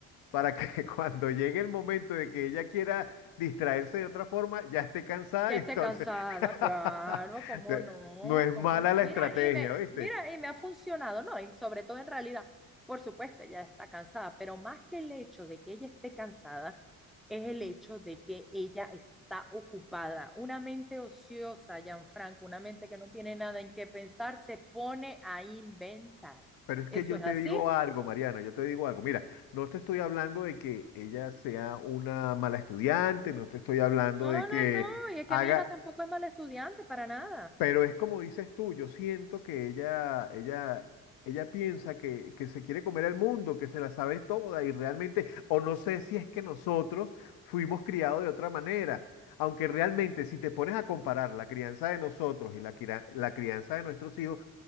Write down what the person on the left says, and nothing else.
para que <laughs> cuando llegue el momento de que ella quiera distraerse de otra forma ya esté cansada
y entonces
<laughs>
de-
no es
mala
la
estrategia,
¿viste?
Pero es
que yo
te
digo algo, Mariana, yo te digo algo. Mira, no te estoy hablando de que ella sea una mala estudiante, no te estoy hablando
de
que
haga,
pero es como dices tú, yo siento que ella, ella, ella piensa que, que se quiere comer el mundo, que se la sabe toda y realmente, o no sé si es que nosotros fuimos criados de otra manera. Aunque realmente, si te pones a comparar la crianza de nosotros y la, cria- la crianza de nuestros hijos,